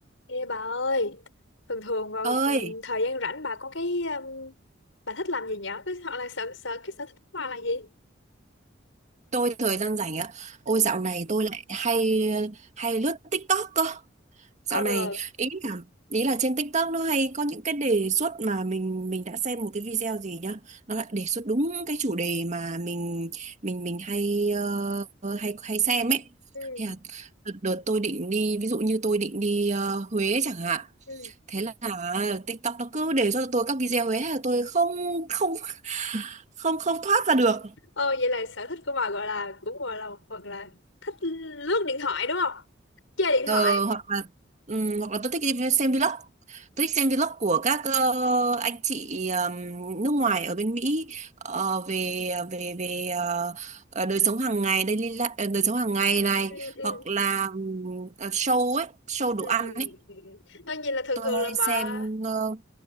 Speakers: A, on the left; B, on the right.
A: Ê bà ơi, thường thường vào
B: ơi
A: ừm, thời gian rảnh bà có cái ừm, bà thích làm gì nhở? Cái hoặc là sở sở cái sở thích của bà là gì?
B: tôi thời gian rảnh ạ ôi
A: Ừ.
B: dạo này tôi lại hay hay lướt TikTok cơ dạo
A: Ờ,
B: này ý là ý là trên TikTok nó hay có những cái đề xuất mà mình mình đã xem một cái video gì nhá nó lại đề xuất đúng cái chủ đề mà mình mình mình hay ờ, hay hay xem ấy
A: ừ,
B: Thế là đợt, đợt tôi định đi ví dụ như tôi định đi ờ, Huế chẳng hạn
A: ừ.
B: thế là TikTok nó cứ đề xuất cho tôi các video ấy thế là tôi không không không không thoát ra được
A: Ờ vậy là sở thích của bà gọi là cũng gọi là một phần là thích lướt điện thoại đúng không? Chơi điện
B: Ờ,
A: thoại.
B: hoặc là ừm, hoặc là tôi thích đi xem vlog tôi thích xem vlog của các ờ, anh chị ờm, nước ngoài ở bên Mỹ ờ, về về về ờ, ờ, đời sống hàng ngày daily li- ờ, đời sống hàng ngày này
A: Ừ ừ
B: hoặc là ừm, ờ, show ấy show đồ
A: ừ
B: ăn
A: ừ.
B: ấy
A: ừ, ừ. Thôi vậy là thường
B: tôi
A: thường là
B: hay
A: bà
B: xem ờ,